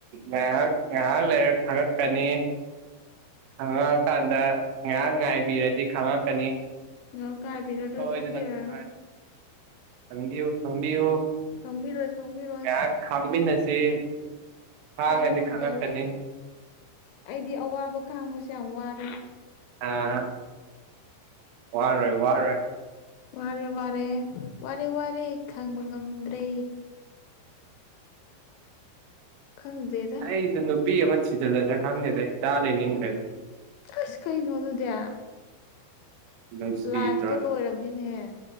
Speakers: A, on the right; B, on the left.
A: ꯉꯥꯏꯍꯥꯛ ꯉꯥꯏꯍꯥꯛ ꯂꯩꯔꯒ ꯈꯪꯉꯛꯀꯅꯤ ꯈꯪꯉꯛꯑꯀꯥꯟꯗ ꯉꯥꯏꯍꯥꯛ ꯉꯥꯏꯕꯤꯔꯗꯤ ꯈꯪꯉꯛꯀꯅꯤ
B: ꯉꯍꯥꯛ ꯉꯥꯏꯕꯤꯔꯔꯣꯏ
A: ꯁꯣꯏꯗꯅ
B: ꯈꯪꯕꯤꯔꯔꯣꯏ
A: ꯈꯪꯉꯛꯑꯅꯤ ꯈꯪꯕꯤꯌꯨ ꯈꯪꯕꯤꯌꯨ
B: ꯈꯪꯕꯤꯔꯣꯢ ꯈꯪꯕꯤꯔꯣꯏ
A: ꯉꯥꯏꯍꯥꯛ ꯈꯥꯡꯃꯤꯟꯅꯁꯤ ꯈꯥꯡꯉꯗꯤ
B: ꯈꯥꯡꯕ ꯉꯝꯖꯔꯣꯏ
A: ꯈꯪꯉꯛꯀꯅꯤ
B: ꯑꯩꯗꯤ ꯑꯋꯥꯕ ꯈꯥꯡꯕꯁꯦ ꯌꯥꯝ ꯋꯥꯔꯦ
A: ꯑꯥ ꯋꯥꯔꯣꯏ ꯋꯥꯔꯣꯏ
B: ꯋꯥꯔꯦ ꯋꯥꯔꯦ ꯋꯥꯔꯦ ꯋꯥꯔꯦ ꯈꯥꯡꯕ ꯉꯝꯗ꯭ꯔꯦ ꯈꯪꯗꯦ
A: ꯑꯩꯁꯨ ꯅꯨꯄꯤ ꯑꯃ ꯊꯖꯤꯜꯂꯁꯤꯔ ꯈꯪꯗꯦꯗ ꯏꯆꯥ ꯂꯩꯅꯤꯡꯈ꯭ꯔꯦꯗ
B: ꯑꯁ ꯀꯩꯅꯣ ꯑꯗꯨꯗꯦ
A: ꯅꯨꯡꯁꯤꯗ꯭ꯔꯣ
B: ꯂꯥꯏꯐꯇꯣ ꯂꯣꯏꯔꯝꯅꯤꯅꯦꯍꯦ